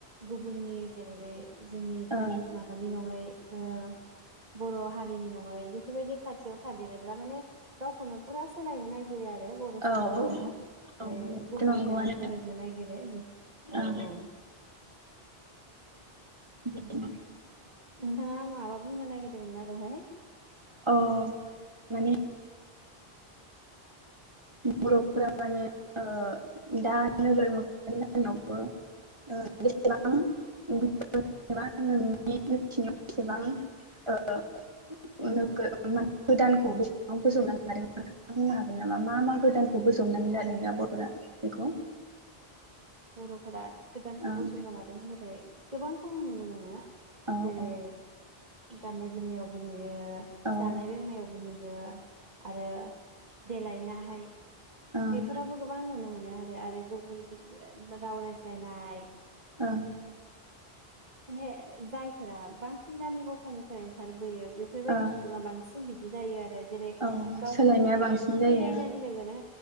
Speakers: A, on the right; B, on the right.
A: गुबुननि जेरै बै जोंनि धोरोम
B: औ
A: माबानि नङै ओ बर' हारिनि नङै बेफोरबायदि खाथियाव थादेरोब्ला माने गाव खौनो पुरा सोलायनो नाय गिरो आरो बर' सुबुंफोरा
B: औ औ
A: बे
B: बेथ'
A: गुबुनजों
B: नंगौआनो
A: गोरोबनो नागिरो औ
B: ओं
A: औ <inaudible>
B: बिदिनो
A: नोंथाङा माबा बुंनो नागिरदोंमोन ना दहाय?
B: अ माने बर'फोरा माने ओ दा नोगोर <unintelligible> जानायावबो ओ बेसेबां <unintelligible> नोंनि मिथिनायाव बेसेबां ओ नोगो <unintelligible> गोदानखौ बेसेबां <unintelligible> हादोंमोन नोंथाङा बुंनो हागोन नामा? मा मा गोदानखौ बोजबनानै लादों
A: अ
B: दा बर'फोरा बेखौ
A: बर'फोरा गोदानखौबो
B: ओं
A: बजबना लादों होनबाथाय गोबांखौनो नुनो मोनो
B: औ
A: जेरै
B: औ
A: गाननाय जोमनियावबो नुयो
B: औ ओं
A: जानाय लोंनायावबो नुयो आरो देलायनाहाय
B: ओं
A: बेफोरावबो गोबां नुनो मोनो आरो गुबुन <inaudible> राव रायज्ला जानाय
B: ओ
A: माने जायफोरा बांसिन गामि गफानिफ्राय ओंखारबोयो बेफोरबायदि
B: ओं
A: सुबुङा बांस सिन बिदि जायो आरोस जेरै
B: ओं औ
A: गावखौनो
B: सोलायनाया
A: माने
B: बांसिन जायो
A: फैनाय लोगो लोगोनो